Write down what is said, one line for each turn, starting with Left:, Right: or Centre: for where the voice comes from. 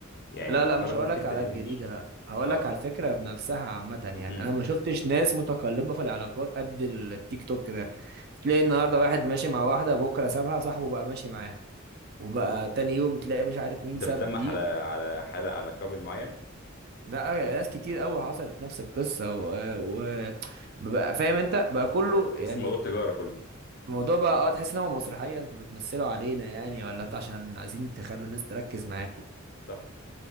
Left: يعني
Right: لا
Left: مؤخرا
Right: لا مش
Left: ممكن
Right: هقولك على
Left: تلاقيني
Right: الجديدة
Left: مش
Right: هقولك
Left: اه
Right: على
Left: اه
Right: الفكرة بنفسها عامة يعني
Left: مهم، مهم.
Right: أنا ما شفتش ناس متقلبة في العلاقات قد التيك توك ده تلاقي النهاردة واحد ماشي مع واحدة بكرة سابها صاحبه بقى ماشي معاها وبقى تاني يوم تلاقي مش عارف مين
Left: انت
Right: ساب
Left: بتلمح
Right: دي
Left: على على حاله على قابل معين
Right: لا ناس كتير قوي حصلت نفس القصة و, و... بقى فاهم أنت بقى كله
Left: ت- ت- تحس
Right: يعني
Left: الموضوع تجاره كله
Right: الموضوع بقى اه تحس إن هو مسرحية أنتوا بتمثلوا علينا يعني ولا أنتوا عشان عايزين تخلوا الناس تركز معاكم
Left: صح